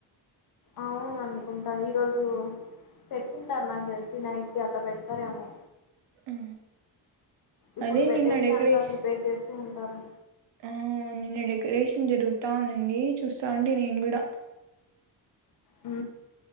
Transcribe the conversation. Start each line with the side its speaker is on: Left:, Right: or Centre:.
Left: అవును అనుకుంటా ఈరోజు పెట్టింటారు నాకు తెలిసి నైట్ కి అట్లా పెడతారేమో
Right: ఆ
Left: ఇప్పుడు
Right: అదే
Left: పెట్టేకి
Right: నిన్న అకరెష్న్
Left: అంతా ప్రిపేర్ చేస్తూ ఉంటారు
Right: ఆ నిన్న డెకొరేషన్ జరుగుతు జరుగుతా ఉన్నింది చూస్తా ఉంటి నేను కూడా
Left: ఊ